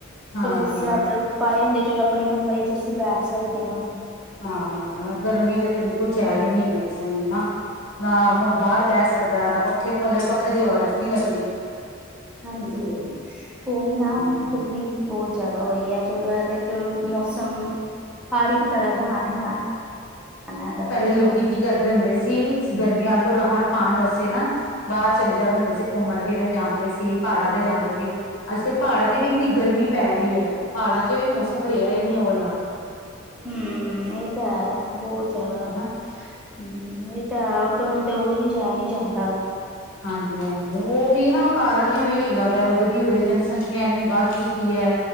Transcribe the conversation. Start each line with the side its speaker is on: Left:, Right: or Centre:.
Left: ਹਾਂ
Centre: ਚਲੋ ਸਵੈਟਰ ਪਾਏ ਹੁੰਦੇ ਚਲੋ ਆਪਣੇ ਕਮਰੇ ਚ ਅਸੀਂ ਬੈਠ ਸਕਦੇ ਆਂ।
Left: ਹਾਂ ਗਰਮੀ ਚ ਤੇ ਬਿਲਕੁਲ ਚੈਨ ਈ ਨੀ ਹੈਗਾ ਕਿਸੇ ਨੂੰ ਨਾ- ਨਾ ਬਾਰ ਬੈ ਸਕਦਾ, ਨਾ ਪੱਖੇ, ਪੱਖੇ ਦੀ ਹਵਾ ਵੈਸੇ ਨੀ ਲੱਗਦੀ।
Centre: ਹਾਂਜੀ, ਓਈ ਨਾ
Left: ਹਾਂ
Centre: ਗਰਮੀ ਬੋਤ ਜਾਦਾ ਹੋਈ ਐ, ਚਲੋ ਐ ਤੇ ਚਲੋ ਮੌਸਮ ਹਰ ਇੱਕ ਤਰ੍ਹਾਂ ਦਾ ਆਣਾ ਈ ਆਣਾ। ਮੈਂ
Left: ਪੈਲੇ ਲੋਕੀ ਕੀ ਕਰਦੇ ਹੁੰਦੇ ਸੀ, ਗਰਮੀਆਂ ਤੋਂ ਰਾਹਤ ਪਾਣ ਵਾਸੇ ਨਾ। ਬਾਰ ਚਲੇ ਜਾਂਦੇ ਹੁੰਦੇ ਸੀ, ਘੁੰਮਣ ਫਿਰਨ ਜਾਂਦੇ ਸੀ, ਪਾੜਾਂ ਤੇ ਜਾਂਦੇ ਸੀ। ਅੱਜ-ਕੱਲ੍ਹ ਪਾੜਾਂ ਤੇ ਵੀ ਏਨੀ ਗਰਮੀ- ਪੈ ਰੀ ਐ। ਪਾੜਾਂ ਚ ਵੀ ਮੌਸਮ ਰਿਆ ਈ ਨੀ ਓ ਵਲਾ।
Centre: ਹੂੰ ਇਹ ਤਾ ਹੈ ਬਹੁਤ ਜ਼ਿਆਦਾ,
Left: ਹਨਾ
Centre: ਹੂੰ ਇਹ ਤਾ ਹੁਣ ਤੇ ਉਹ ਵੀ ਨੀ ਜਾਇਆ ਨੀ ਜਾਂਦਾ।
Left: ਹਾਂਜੀ- ਹਾਂਜੀ, ਉਹ ਵੀ ਨਾ ਕਾਰਨ ਹੀ ਉਈ ਹੈਗਾ ਵਾ, ਵਧਦੀ ਹੋਈ ਜਨਸੰਖਿਆ ਇੰਨੀ ਵੱਧ ਚੁੱਕੀ ਐ।